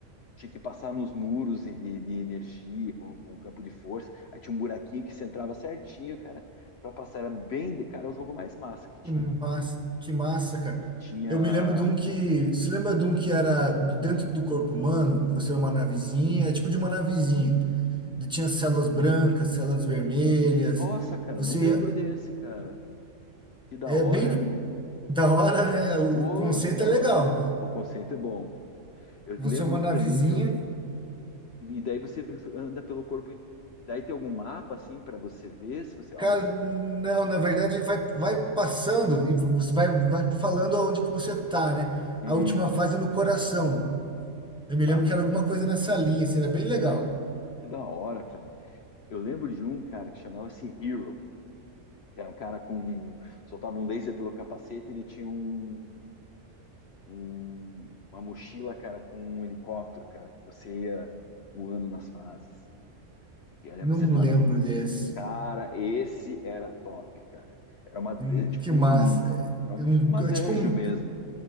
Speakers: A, on the left; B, in the centre.
A: tinha que passar nos muros e de, de energia, com, com campo de força. Aí tinha um buraquinho que você entrava certinho, cara, para passar. Era bem, de- cara, o jogo mais massa que tinha,
B: Que
A: cara.
B: massa, que massa, cara.
A: Tinha.
B: Eu me lembro de um que. Se lembra de um que era dentro do corpo humano? que Você era uma navezinha, é tipo de uma navezinha. de- Tinha células brancas, células vermelhas.
A: Nossa, cara,
B: Você.
A: não lembro desse, cara. Que da
B: É
A: hora.
B: bem <laughs> da hora, né? O,
A: Ô,
B: o conceito
A: que da
B: é legal.
A: hora. O conceito é bom. Eu
B: Você
A: lembro
B: é uma navezinha.
A: um também que eu, E daí você anda pelo corpo. inte- Daí tem algum mapa assim para você ver se você onde
B: Cara,
A: que
B: não,
A: você tá.
B: na verdade vai, vai passando e você vai, vai falando aonde que você tá, né?
A: Uhum,
B: A última fase é no coração. Eu me
A: tá.
B: lembro que era alguma coisa nessa linha, assim, era bem legal.
A: Que da hora, cara. Eu lembro de um cara que chamava-se Hero. que Era um cara com um, soltava um laser pelo capacete, e ele tinha um, um- uma mochila, cara, com um helicóptero, cara, que você ia voando nas fases. E aí
B: Não
A: você entrava.
B: lembro desse.
A: Cara, esse era top, cara. Era uma,
B: Hum,
A: é tipo
B: Que massa.
A: um, é um-
B: É Um,
A: tipo uma dungeon
B: é tipo um,
A: mesmo.